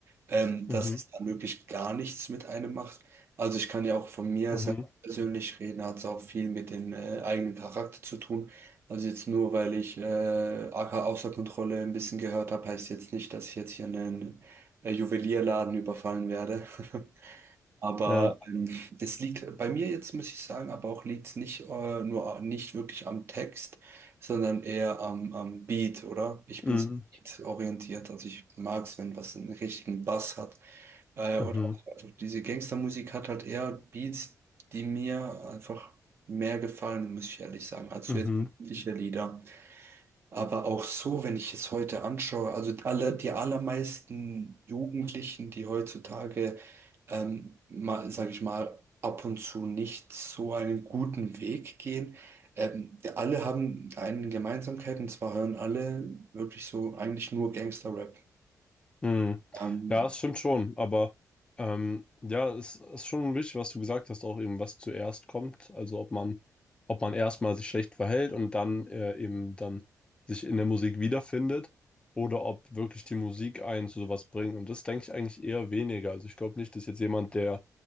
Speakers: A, on the right; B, on the left.
A: ähm,
B: Mhm,
A: dass es dann wirklich gar nichts mit einem macht. Also ich kann ja auch von mir
B: mhm,
A: selbst persönlich reden, hat es auch viel mit dem äh, eigenen Charakter zu tun. Also jetzt nur, weil ich äh, AK außer Kontrolle ein bisschen gehört habe, heißt jetzt nicht, dass ich jetzt hier einen äh, Juwelierladen überfallen werde. <laughs> Aber
B: ja,
A: ähm, es liegt bei mir jetzt, muss ich sagen, aber auch liegt es nicht äh, nur nicht wirklich am Text, sondern eher am, am Beat, oder? Ich
B: mhm,
A: bin beat orientiert, also ich mag es, wenn was einen richtigen Bass hat. Äh,
B: mhm,
A: und auch, also diese Gangstermusik hat halt eher Beats, die mir einfach mehr gefallen, muss ich ehrlich sagen, als
B: mhm.
A: so jetzt übliche Lieder. Aber auch so, wenn ich es heute anschaue, also alle, die allermeisten Jugendlichen, die heutzutage, ähm, mal, sage ich mal, ab und zu nicht so einen guten Weg gehen, ähm, die alle haben eine Gemeinsamkeit und zwar hören alle wirklich so eigentlich nur Gangster-Rap.
B: Hm.
A: Ähm,
B: Ja, es stimmt schon, aber ähm, ja, es ist schon wichtig, was du gesagt hast, auch eben, was zuerst kommt. Also ob man, ob man erstmal sich schlecht verhält und dann äh, eben dann sich in der Musik wiederfindet oder ob wirklich die Musik einen zu sowas bringt. Und das denke ich eigentlich eher weniger. Also ich glaube nicht, dass jetzt jemand, der,